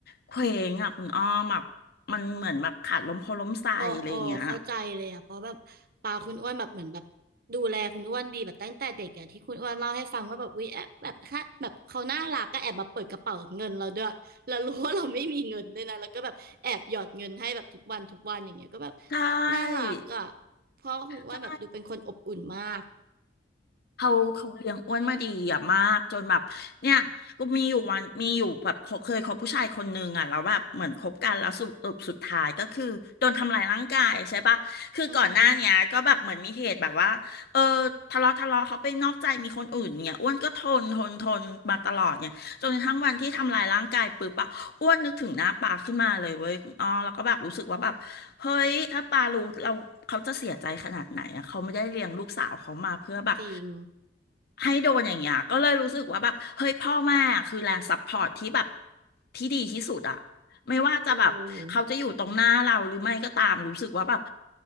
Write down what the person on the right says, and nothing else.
โอ้โอ้เข้าใจเลยอ่ะเพราะแบบปาคุณอ้วนแบบเหมือนแบบดูแลคุณอ้วนดีแบบตั้งแต่เด็กอ่ะที่คุณอ้วนเล่าให้ฟังว่าแบบวิแอบแบบค่ะแบบเขาน่ารักก็แอบมาเปิดกระเป๋าเงินเราด้วยแล้วรู้ว่าเราไม่มีเงินด้วยนะแล้วก็แบบแอบหยอดเงินให้แบบทุกวันทุกวันอย่างเงี้ยก็แบบ
น่ารักอ่ะเพราะคุณอ้วนแบบดูเป็นคนอบอุ่นมาก
อือหือ
จริง
โอ้